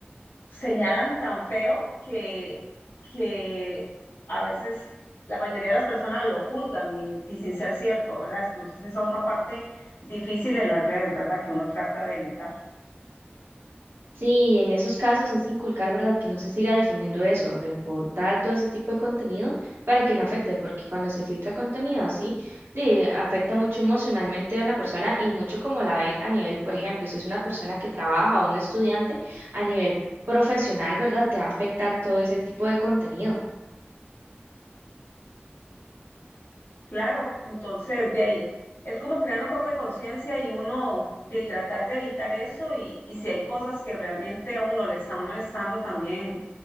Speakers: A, on the left; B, on the right.
A: señalan tan feo que, que a veces la mayoría de las personas lo juzgan y, y sin ser cierto, ¿verdad? Entonces esa otra parte difícil en las redes, ¿verdad? Que uno trata de evitar.
B: Sí, en esos casos es inculcar, ¿verdad? Que no se siga difundiendo eso, reportar todo ese tipo de contenido para que no afecte, porque cuando se filtra contenido así, de- afecta mucho emocionalmente a una persona y mucho como la ven a nivel, por ejemplo, si es una persona que trabaja o un estudiante a nivel profesional, ¿verdad? Te va a afectar todo ese tipo de contenido.
A: Claro, entonces de ahí es como crear un poco de conciencia y uno de tratar de evitar eso y, y si hay cosas que realmente a uno le están molestando también,